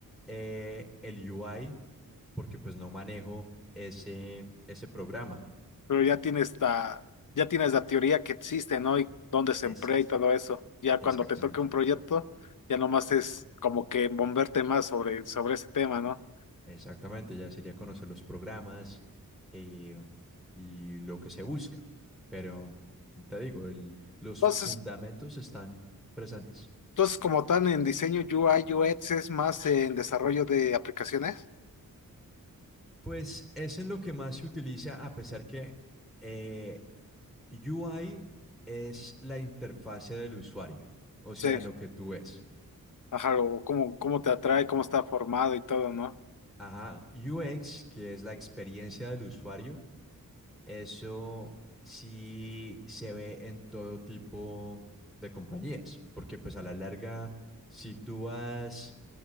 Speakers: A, in the centre; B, on the left.
A: eh, el UI, porque pues no manejo ese, ese programa.
B: pero ya tienes la, ya tienes la teoría que existe, ¿no? Y dónde se
A: Exacto,
B: emplea y todo eso. Ya
A: exactamente.
B: cuando te toque un proyecto, ya nomás es como que bomberte más sobre, sobre ese tema, ¿no?
A: Exactamente, ya sería conocer los programas eh, y lo que se busca. Pero te digo, el- los
B: Entonces,
A: fundamentos están presentes.
B: entonces como tal en diseño UI UX es más en desarrollo de aplicaciones.
A: Pues es en lo que más se utiliza, a pesar que eh, UI es la interfase del usuario, o sea,
B: Sí.
A: lo que tú ves.
B: Ajá, o cómo, cómo te atrae, cómo está formado y todo, ¿no?
A: Ajá, UX, que es la experiencia del usuario, Eso sí se ve en todo tipo de compañías, porque pues a la larga, si tú vas,